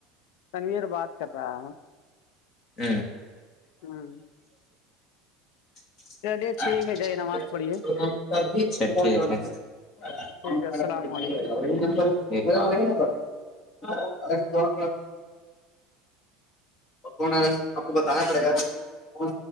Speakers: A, on the left; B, on the left.
A: تنیر بات کر رہا ہے
B: ہ
A: ہ
B: اچابھ
A: چلیے ٹھیک ہے جی نماز پڑھیے
B: ا
A: ٹھیک ہے السلام علیکم
B: ن کون آ رہ آپ کو بتانا پڑے گا کون